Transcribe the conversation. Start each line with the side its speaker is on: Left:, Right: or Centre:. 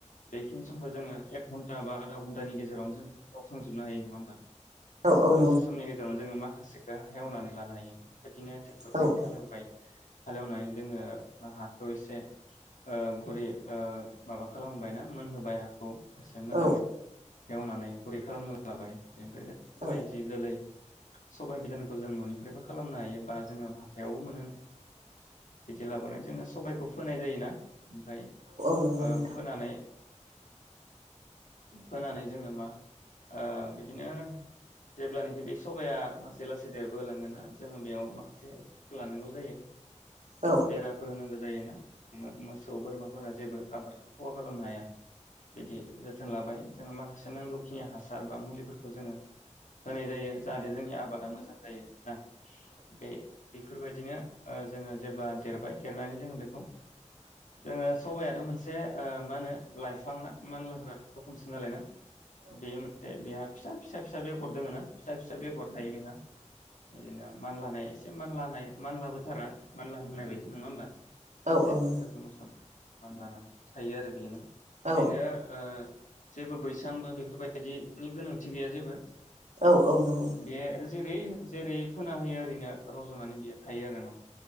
Left: <inaudible> बेखिनि समखौ जोङो एक घन्टा बा आदा घन्टानि गेजाव जों एवखांजोबनो हायो नङा होमबा?
Right: औ
Left: दसे
Right: औ
Left: समनि गेजेरावनो जोङो माखा माखासेखौ एवनानै लानो हायो बेबायदिनो ट्रेक्टरजों
Right: नंगौ औ औ
Left: हालेवबाय
Right: औ
Left: हालेवनानै जोङो हाखौ एसे ओ गुरै ओ माबा खालामबाय ना मोनहोबाय हाखौ एसे मोजाङै
Right: औ
Left: एवनानै गुरै खालामना लाबाय बेनिफ्राय
Right: औ नंगौ नोंथां औ
Left: जि जोलै सबाइ बिदानखौ जों ननिफ्रायबो खालामनो हायोबा जोङो हाथायावबो मोनो बिदि लाबोनानै जोङो सबायखौ फोनाय जायोना ओमफ्राय
Right: औ नंगौ औ नंगौ
Left: ओ फोनानै होनानै जोङो मा ओ बिदिनो जेब्लानोखि बे सबाया लासै लासै देरबोहोलांगोन ना जोङो बेयाव माखासे लानांगौ जायो
Right: औ
Left: बेराफोर होनांगो जायोना मोसौ बोरमाफोरा जेबो आबादखौ -' खहा खालामनो हाया बिदि जोथोन लाबाय जोङो माखासे नांगौखिनि हासार बा मुलिफोरखौ जोङो होनाय जायो जाहाथे जोंनि आबादा मोजां जायो ना बे-बेफोरबायदिनो ओ जोङो जेब्ला देरबाय देरनानै जोङो बेखौ जोङो सबायाथ मोनसे ओ मा होनो लाइफां ना मानलाग्रा रखमसो नालाय ना बे मोनसे बेहा फिसा फिसा फिसा बेगर दोङो ना फिसा फिसा बेफोर थायो बेहा बिदिनो मानलानाय एसे मानलानाय मानलाबोथारा मानला हांनाय बायदि नङा होनबा
Right: औ
Left: एसे
Right: नंगौ
Left: गोसोम गोसोम मानलानानै थायो आरो बेनो
Right: औ
Left: बेनो ओ जेबो बैसां बा बेफोरबायदिनि गोनांथि गैया जेबो
Right: औ औ नंगौ
Left: बे जेरै जेरै फोना होयो ओरैनो रजनानै बियो थायो आरो न